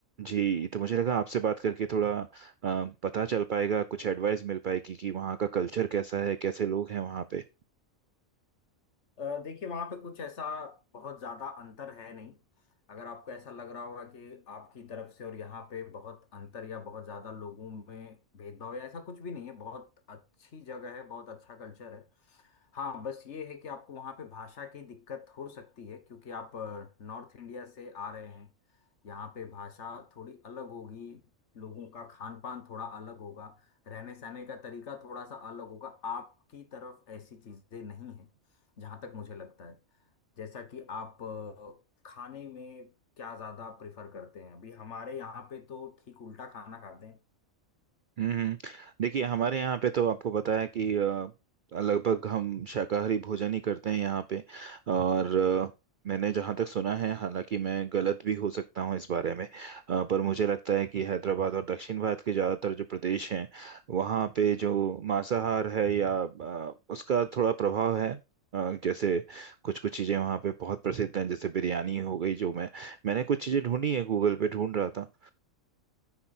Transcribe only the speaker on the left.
अ, देखिए वहाँ पे कुछ ऐसा बहुत ज़्यादा अंतर है नहीं अगर आपको ऐसा लग रहा होगा कि आपकी तरफ से और यहाँ पे बहुत अंतर या बहुत ज़्यादा लोगों में भेदभाव या ऐसा कुछ भी नहीं है बहुत अच्छी जगह है बहुत अच्छा कल्चर है हाँ बस ये है कि आपको वहाँ पे भाषा की दिक्कत हो सकती है क्योंकि आप नॉर्थ इंडिया से आ रहे हैं यहाँ पे भाषा थोड़ी अलग होगी लोगों का खान पान थोड़ा अलग होगा रहने सहने का तरीका थोड़ा सा अलग होगा आपकी तरफ ऐसी चीज़ें नहीं है जहाँ तक मुझे लगता है जैसा कि आप अ, खाने में क्या ज़्यादा प्रेफर करते हैं अभी हमारे यहाँ पे तो ठीक उल्टा खाना खाते हैं